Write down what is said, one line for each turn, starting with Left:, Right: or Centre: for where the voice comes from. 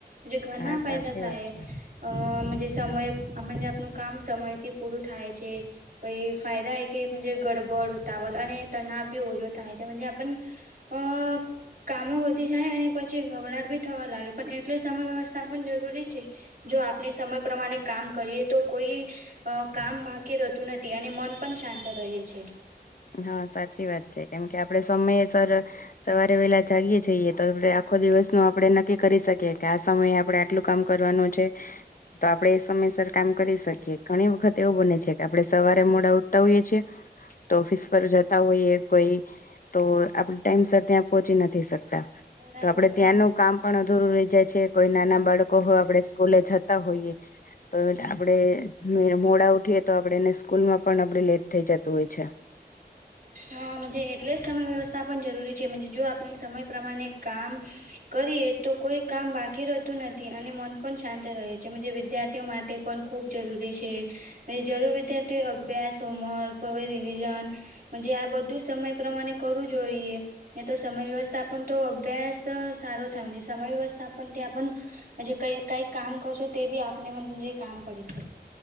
Right: જે ઘના
Left: હા
Right: ફાયદા
Left: સાચી
Right: થાય.
Left: વાત છે
Right: અ જે સમય આપણે જે આપણું કામ સમયથી પૂરું થાય છે. પહિ ફાયદા હે કે જે ગડબડ, ઉતાવલ અને તનાવ બી ઓછો થાય છે. પછી આપણને અ કામો વધી જાય, અને પછી ગભરાટ બી થવા લાગે, પણ એટલે સમય વ્યવસ્થાપન જરૂરી છે. જો આપણે સમય પ્રમાણે કામ કરીએ તો કોઈ કામ બાકી રહેતું નથી અને મન પણ શાંત રહે છે.
Left: હા, સાચી વાત છે. કેમ કે આપડે સમયસર સવારે વેહલા જાગીએ જઈએ, તો હવે આખો દિવસનું આપણે નક્કી કરી સકીએ કે આ સમયે આપણે આટલું કામ કરવાનું છે. તો આપણે એ સમયસર કામ કરી સકીએ. ઘણી વખત એવું બને છે કે આપણે સવારે મોડા ઉઠતા હોઈએ છીએ, તો ઓફિસ પર જતા હોઈએ કોઈ, તો આપણે ટાઈમ સર ત્યાં પોહોંચી નથી સકતા.
Right: બરાબર
Left: તો આપડે
Right: હા.
Left: ત્યાંનું કામ પણ અધુરુ રહી જાય છે, કોઈ નાના બાળકો કોઈ આપડે સ્કૂલે જતા હોઈએ. તો આપડે મોડા ઉઠીએ, તો આપડે એને સ્કૂલમાં પણ આપડે લેટ થઈ જતું હોય છે.
Right: હા, મજે એટલે જ સમય વ્યવસ્થાપન જરૂરી છે, મજે જો આપને સમય પ્રમાને કામ કરીએ તો કોઈ કામ બાકી રહેતું નથી, અને મન પણ શાંત રહે છે. મજે વિદ્યાર્થીઓ માટે પન ખૂબ જરૂરી છે એ જે જરૂર વિદ્યાર્થીઓ અભ્યાસ, હોમર્ક હવે રિવિઝન, મજે આ બધું સમય પ્રમાને કરવું જોઈએ. નહીં તો સમય વ્યવસ્થાપન તો અભ્યાસ સારો થાવો જોઈએ. સમય વ્યવસ્થાપન ત્યાં પન મજે કઈ કઈ કામ કરશો તે બી આપને મન જે કામ પડે છે.